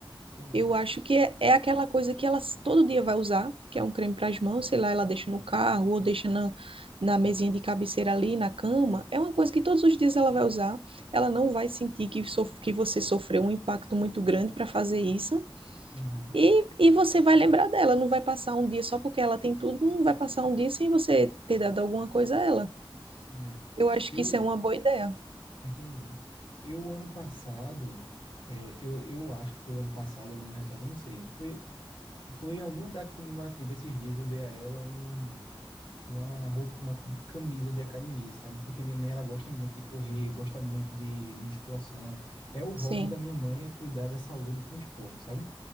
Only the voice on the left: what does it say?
Entendi.
uhum.
É.
Eu
entendi. Eu ano passado, é, eu, eu acho que foi o ano passado, o ano retrasado, eu não sei. Foi, foi em alguma data comemorativa esses dias eu dei a ela um, uma roupa, uma camisa de academia, sabe? Porque minha mãe ela gosta muito de correr, gosta muito de musculação. É o hobby
da minha mãe é cuidar da saúde com esporte, sabe?